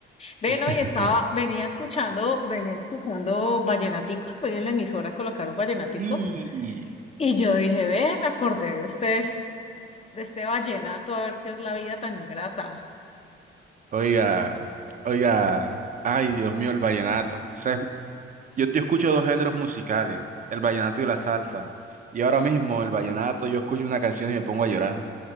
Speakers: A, on the left; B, on the right.
A: Ven,
B: <laughs>
A: hoy estaba, venía escuchando, venía escuchando vallenaticos. Hoy en la emisora colocaron vallenaticos
B: Y...
A: Y yo dije, ve, me acordé de este, de este vallenato, a ver qué es la vida tan ingrata.
B: Oiga, oiga. Ay, Dios mío, el vallenato. O sea, yo, yo escucho dos géneros musicales, el vallenato y la salsa. Y ahora mismo el vallenato, yo escucho una canción y me pongo a llorar.